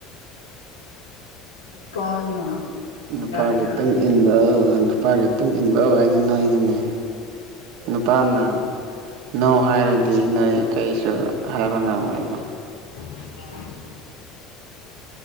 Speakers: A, on the left; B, on the right.
A: ꯅꯨꯄꯥꯅ ꯌꯥꯒꯦꯔꯥ
B: ꯅꯨꯄꯥꯒꯤ
A: ꯌꯥꯔꯣꯏꯒꯦꯔꯥ
B: ꯃꯇꯨꯡꯨꯡ ꯏꯟꯕ ꯅꯨꯄꯥꯒꯤ ꯃꯇꯨꯡꯨꯡ ꯏꯟꯕꯧ ꯍꯥꯏꯗ ꯅꯣꯏꯗꯨꯅꯦ ꯅꯨꯄꯥꯅ ꯅꯣ ꯍꯥꯏꯔꯗꯤ ꯅꯣꯏ ꯀꯔꯤꯁꯨ ꯍꯥꯏꯕ ꯉꯝꯃꯣꯏꯕ
A: ꯑ